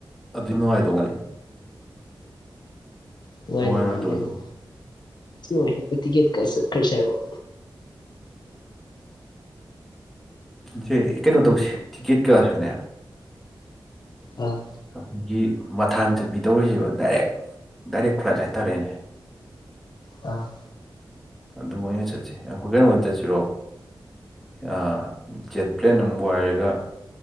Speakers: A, in the centre; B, on the left.
A: ꯑꯗꯨꯏ ꯅꯨꯡꯉꯥꯏꯗꯧ ꯃꯥꯜꯂꯤ
B: ꯅꯨꯡꯋꯥꯏ
A: ꯅꯨꯡꯉꯥꯏꯔꯣꯏꯗ꯭ꯔꯣ
B: ꯃꯥꯜꯂꯦꯅꯦ
A: ꯑꯗꯨꯕꯨ
B: <unintelligible> ꯇꯤꯀꯦꯠ ꯀꯛꯑ ꯆꯠ ꯈ꯭ꯔꯁꯦ ꯍꯥꯏꯕ꯭ꯔꯣ
A: ꯁꯦ ꯀꯩꯅꯣ ꯇꯧꯁꯦ ꯇꯤꯛꯀꯦꯠ ꯀꯛ ꯑꯁꯨꯅꯦ
B: ꯑ
A: ꯑꯩꯈꯣꯏꯒꯤ ꯃꯊꯥꯡ ꯆꯠꯕꯤ ꯇꯧꯔꯤꯁꯦꯕ ꯗꯥꯏꯔꯦꯛ ꯗꯥꯏꯔꯦꯛ ꯐ꯭ꯂꯥꯏꯠ ꯍꯥꯏꯇꯥꯔꯦꯅꯦ
B: ꯑ
A: ꯑꯗꯨ ꯑꯣꯏꯅ ꯆꯠꯁꯦ ꯑꯩꯈꯣꯏ ꯀꯩꯅꯣ ꯑꯣꯏꯅ ꯆꯠꯁꯤꯔꯣ ꯑ ꯖꯦꯠ ꯄ꯭ꯂꯦꯟ ꯑꯃ ꯋꯥꯏꯔꯒ